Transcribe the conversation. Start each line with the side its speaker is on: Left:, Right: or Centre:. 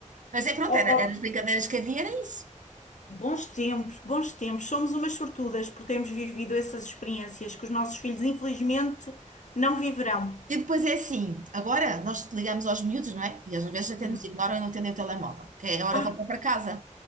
Right: Mas é pronto,
Left: opa,
Right: era, era as brincadeiras que havia, era isso.
Left: Bons tempos, bons tempos. Somos umas sortudas por termos vivido essas experiências que os nossos filhos, infelizmente, não viverão.
Right: E depois é assim, agora nós ligamos aos miúdos, não é? E eles às vezes até
Left: Uhum.
Right: nos ignoram e não atendem o telemóvel, que é a hora
Left: Ah,
Right: de voltar para casa.